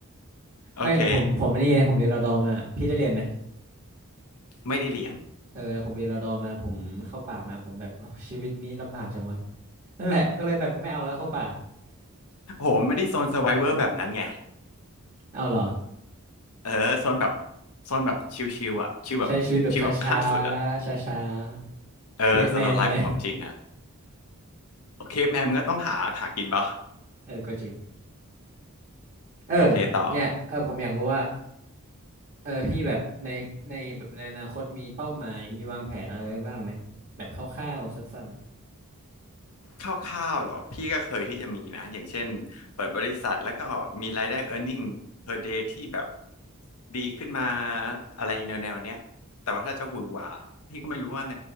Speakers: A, on the left (about 80°); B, on the right (about 35°).
A: โอเค
B: ไม่ผมผมอันนี่ไงผมเรียนรอดอมาพี่ได้เรียนไหม
A: ไม่ได้เรียน
B: เออผมเรียนรอดอมาผมเข้าป่ามาผมแบบโอ้ชีวิตนี้ลำบากจังวะนั่นแหละก็เลยแบบไม่เอาแล้วเข้าป่า
A: โหไม่ได้โซน s u r v i เวอร์แบบนั้นไง
B: เอาเหรอ
A: เออโซนแบบโซนแบบชิวๆอ่ะชิวแบบชิวแบบขั้นสุดอ่ะ
B: ใช้ชีวิตแบบช้าๆช้าๆเคปแมนอะไรเงี้ย
A: เออสโลว์ไลฟ์ของจริงอ่ะโอเคแมนมันก็ต้องหาหากินปะ
B: เออก็จริงเออ
A: โอเคต่อ
B: เนี่ยเออผมอยากรู้ว่า เออพี่แบบในในแบบในอนาคตมีเป้าหมายมีวางแผนอะไรไว้บ้างไหมแบบคร่าวๆสั้น
A: คร่าวๆหรอพี่ก็เคยที่จะมีนะอย่างเช่นเปิดบริษัทแล้วก็มีรายได้ earning per day ที่แบบดีขึ้นมาอะไรแนวๆเนี้ยแต่ว่าถ้าจะหวือหวาพี่ก็ไม่รู้ว่าอะไร